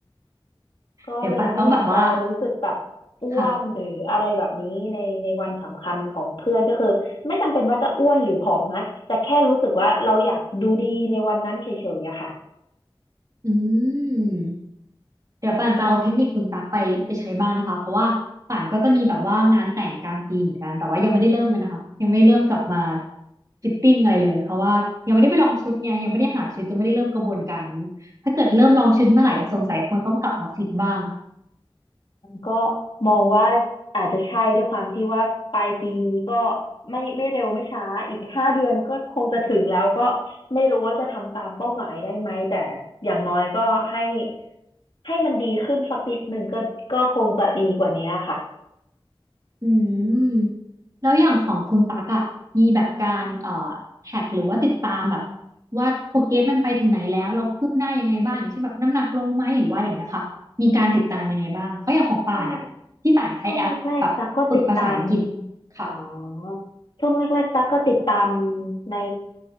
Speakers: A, on the left; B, on the right.
A: ก็เลยไม่อยากจะรู้สึกแบบอ้วนหรืออะไรแบบนี้ในในวันสำคัญของเพื่อนก็คือไม่จำเป็นว่าจะอ้วนหรือผอมนะแต่แค่รู้สึกว่าเราอยากดูดีในวันนั้นเฉยๆอะค่ะ
B: เดี๋ยวป่านต้องแบบว่าค่ะอืม เดี๋ยวป่านจะเอาเทคนิคคุณตั๊กไปไปใช้บ้างนะคะเพราะว่าป่านก็จะมีแบบว่างานแต่งกลางปีเหมือนกันแต่ว่ายังไม่ได้เริ่มเลยนะคะยังไม่ได้เริ่มกลับมาฟิตติ้งอะไรเลยเพราะว่ายังไม่ได้ไปลองชุดไงยังไม่ได้หาชุดยังไม่ได้เริ่มกระบวนการนี้ถ้าเกิดเริ่มลองชุดเมื่อไหร่สงสัยคงต้องกลับมาฟิตบ้าง
A: ก็มองว่าอาจจะใช่ด้วยความที่ว่าปลายปีนี้ก็ไม่ไม่เร็วไม่ช้าอีกห้าเดือนก็คงจะถึงแล้วก็ไม่รู้ว่าจะทำตามเป้าหมายได้ไหมแต่อย่างน้อยก็ให้ให้มันดีขึ้นสักนิดหนึ่งก็ก็คงจะดีกว่านี้ค่ะ
B: อืมแล้วอย่างของคุณตักอะมีแบบการเอ่อแท็กหรือว่าติดตามแบบว่าโปรเกรสมันไปถึงไหนแล้วเราคืบหน้ายังไงบ้างอย่างเช่นแบบน้ำหนักลงไหมหรือว่าอะไรอย่างเงี้ยค่ะมีการติดตามยังไงบ้างเพราะอย่างของป่านอะที่ป่านใช้แอปแบบฝึกภาษาอังกฤษ
A: คง ช่วงแรกๆตั๊กก็ติดตาม
B: ค่ะ
A: อ๋อช่วงแรกๆตั๊กก็ติดตามใน